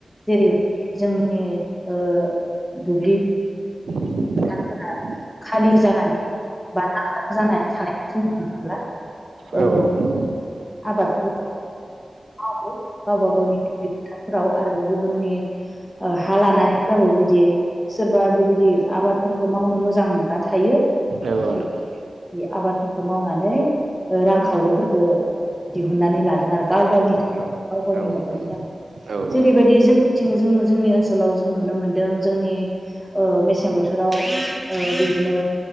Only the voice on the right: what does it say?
<inaudible>
औ औ नंगौ
औ औ
नंगौ
औ
औ
औ नंगौ
औ औ
नंगौ